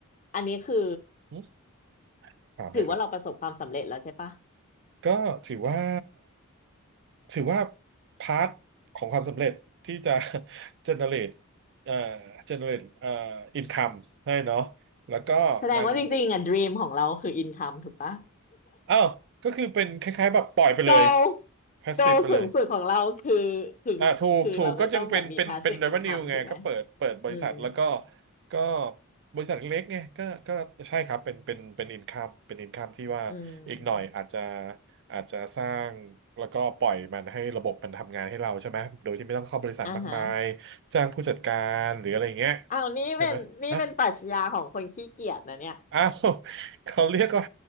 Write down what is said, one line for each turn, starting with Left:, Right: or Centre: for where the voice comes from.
Left: อันนี้คือ
Right: อืมถามเลยครับ
Left: ถือว่าเราประสบความสำเร็จแล้วใช่ปะ
Right: ก็ถือว่าถือว่าพาร์ทของความสำเร็จที่จะ <laughs> generate เอ่อ generate เอ่อ income ให้เนาะแล้วก็มัน
Left: แสดงว่าจริงๆอ่ะ dream ของเราคือ income ถูกปะ
Right: อ้าวก็คือเป็นคล้ายๆแบบปล่อยไปเลย
Left: โก
Right: passive
Left: โกสูงสุดของเราคือ
Right: ไปเลย
Left: คือคือเราจะต้องแบบมี
Right: อ่าถูกถูกก็ยังเป็นเป็นเป็น
Left: passive
Right: revenue
Left: income
Right: ไงก็เปิดเปิดบริษัทแล้วก็
Left: ถูกไหมอืม
Right: ก็บริษัทเล็กไงก็ก็ใช่ครับเป็นเป็นเป็นอินคัมเป็นอินคัมที่ว่าอีกหน่อยอาจจะ
Left: อืม
Right: อาจจะสร้างแล้วก็ปล่อยมันให้ระบบมันทำงานให้เราใช่ไหมโดยที่ไม่ต้องเข้าบริษัทมากมาย
Left: อ่าฮะ
Right: จ้างผู้จัดการหรืออะไรอย่างเงี้ย
Left: อ้าวนี่เป็นนี่เป็นปรัชญาของคนขี้เกียจนะเนี่ย
Right: ใช่ไหมะ อ้าวเขาเรียกว่า